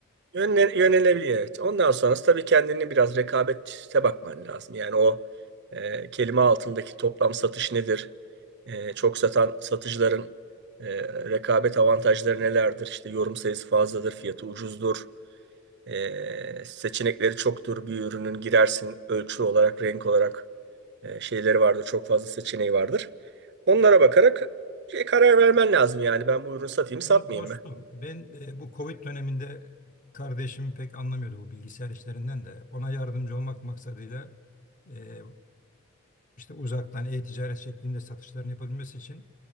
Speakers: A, on the right; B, on the left.
A: Yönle- yönelebilir evet. Ondan sonrası tabii kendini biraz rekabete bakman lazım. Yani o e, kelime altındaki toplam satış nedir? E, çok satan satıcıların e, rekabet avantajları nelerdir? İşte yorum sayısı fazladır, fiyatı ucuzdur. E, seçenekleri çoktur. Bir ürünün girersin ölçü olarak, renk olarak e, şeyleri vardır. Çok fazla seçeneği vardır. Onlara bakarak şey, karar vermen lazım yani. Ben bu ürünü satayım, satmayayım
B: Şimdi dostum
A: mı?
B: ben e, bu Covid döneminde kardeşim pek anlamıyordu bu bilgisayar işlerinden de. Ona yardımcı olmak maksadıyla e, işte uzaktan e-ticaret şeklinde satışların yapabilmesi için